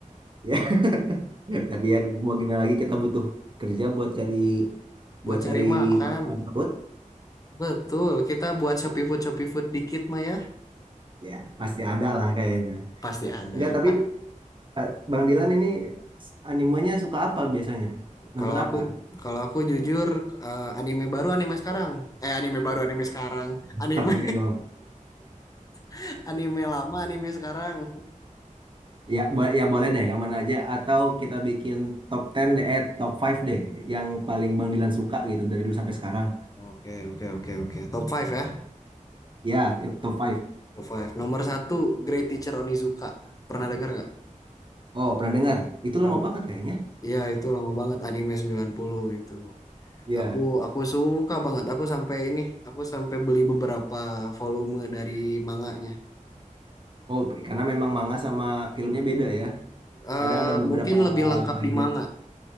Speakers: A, on the right; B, on the left.
A: <laughs> Ya, tapi ya mau gimana lagi kita butuh kerja buat cari
B: Buat
A: buat
B: cari
A: cari
B: makan.
A: makan perut.
B: Betul, kita buat Shopee Food, Shopee Food dikit mah ya.
A: Ya, pasti ada lah kayaknya.
B: Pasti ada.
A: Enggak, tapi
B: Pa-
A: eh, Bang Dilan ini s- animenya suka apa biasanya? Nonton
B: Kalau aku
A: apa?
B: kalau aku jujur eh, anime baru anime sekarang. Eh anime baru anime sekarang. Anime
A: Sama aja dong.
B: <laughs> anime lama anime sekarang.
A: Ya, bo- ya boleh deh yang mana aja atau kita bikin top 10 deh, eh top 5 deh yang paling Bang Dilan suka gitu dari dulu sampai sekarang.
B: Oke, oke, oke, oke. Top five ya.
A: Ya, ti- top 5.
B: Top five Nomor satu Great Teacher Onizuka. Pernah dengar nggak?
A: Oh, pernah dengar. Itu
B: Pernah.
A: lama banget kayaknya.
B: Iya, itu lama banget anime 90 itu.
A: Ya.
B: Aku aku suka banget. Aku sampai ini, aku sampai beli beberapa volume dari manganya.
A: Oh, karena memang manga sama filmnya beda ya.
B: Eh,
A: Kadang ada beberapa
B: mungkin lebih lengkap
A: bagian.
B: di manga,